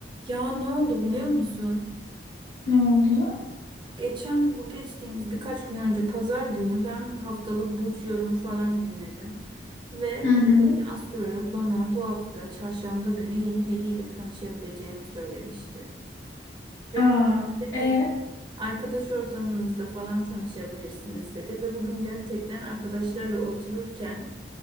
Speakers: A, on the right; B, on the left.
A: Ya ne oldu biliyor musun?
B: Ne oldu?
A: Geçen bu geçtiğimiz birkaç gün önce pazar günü ben haftalık burç yorumu falan dinledim. Ve
B: Hı hı.
A: oradaki astrolog bana bu hafta çarşamba günü yeni biriyle tanışabileceğimi söylemişti. Ve
B: Aa,
A: bu işte
B: e,
A: ev, arkadaş ortamınızda falan tanışabilirsiniz dedi. Ve bugün gerçekten arkadaşlarla otururken